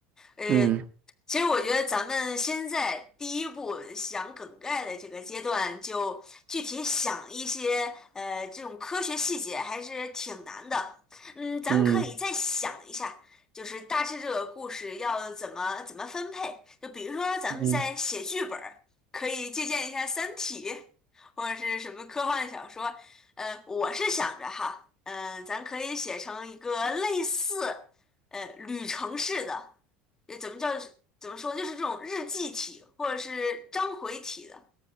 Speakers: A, on the left; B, on the right.
A: 呃。
B: 嗯
A: 其实我觉得咱们先在第一步想梗概的这个阶段，就具体想一些呃这种科学细节，还是挺难的。嗯，咱们可以再想一下，
B: 嗯
A: 就是大致这个故事要怎么怎么分配。就比如说咱们在写剧本儿，
B: 嗯。
A: 可以借鉴一下《三体》或者是什么科幻小说。呃，我是想着哈，嗯、咱可以写成一个类似呃旅程式的。也怎么叫怎么说，就是这种日记体或者是章回体的。